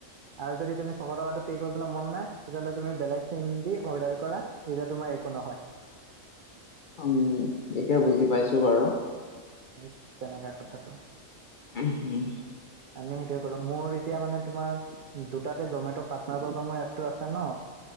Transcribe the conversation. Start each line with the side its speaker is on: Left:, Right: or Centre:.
Right: আৰু যদি তুমি ছশ টকাটো পে' কৰিবলৈ মন নাই তেতিয়াহ'লে তুমি বেলেগ চিম দি অৰ্ডাৰ কৰা তেতিয়া তোমাৰ একো নহয়
Left: উম এতিয়া বুজি পাইছো বাৰু
Right: সেই তেনেকা কথাটো
Left: উম হম
Right: আমি সেইটোৱে কৰো মোৰ এতিয়া মানে তোমাৰ দুটাতে জমেটৰ পাৰ্টনাৰৰ বা মোৰ এপটো আছে ন